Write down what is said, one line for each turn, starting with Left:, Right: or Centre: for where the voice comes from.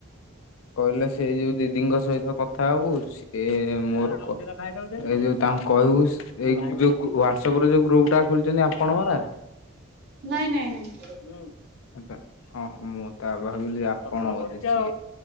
Left: କହିଲା ସେଇ ଯୋଉ ଦିଦିଙ୍କ ସହିତ କଥା ହବୁ ସେ ମୋର କ ଏ ଯୋଉ ତାଙ୍କୁ କହିବୁ ଏଇ ଯୋଉ ଗ୍ରୁ ହ୍ୱାଟସଆପ ରେ ଯୋଉ ଗ୍ରୁପ ଟା ଖୋଲିଛନ୍ତି ଆପଣଙ୍କର ରା
Right: ନାଇଁ ନାଇଁ ନାଇଁ
Left: ହୁଁ ଓ ତ ହଁ ମୁଁ ତ ଭାବିଲି ଆପଣ ବୋଧେ